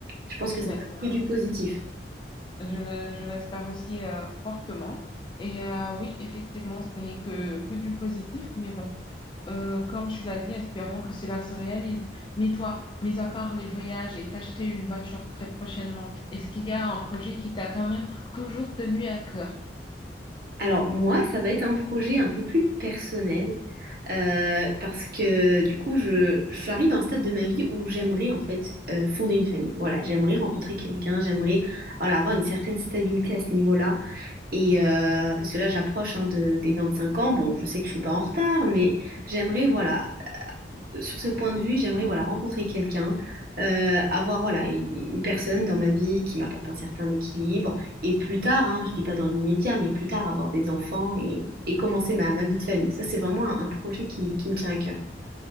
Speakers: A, on the right; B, on the left.
A: Je pense
B: Je
A: que ça
B: l'espère
A: va être que du
B: aussi.
A: positif.
B: Je, je l'espère aussi euh, fortement. Et euh, oui, effectivement, ce n'est que, que du positif, mais bon. Euh, comme tu l'as dit, espérons que cela se réalise. Mais toi, mis à part les voyages et t'acheter une voiture très prochainement, est-ce qu'il y a un projet qui t'a quand même toujours tenu à cœur?
A: Alors moi, ça va être un projet un peu plus personnel euh, parce que du coup, je, j'arrive à un stade de ma vie où j'aimerais en fait euh, fonder une famille. Voilà, j'aimerais rencontrer quelqu'un, j'aimerais voilà, avoir une certaine stabilité à ce niveau-là. Et euh, parce que là, j'approche hein, de, des 25 ans. Bon, je sais que je suis pas en retard, mais j'aimerais, voilà, euh, sur ce point de vue, j'aimerais, voilà, rencontrer quelqu'un, euh, avoir, voilà, une personne dans ma vie qui m'apporte un certain équilibre. Et plus tard, hein, je dis pas dans l'immédiat, mais plus tard, avoir des enfants et, et commencer ma, ma vie de famille. Ça, c'est vraiment un, un projet qui, qui me tient à cœur.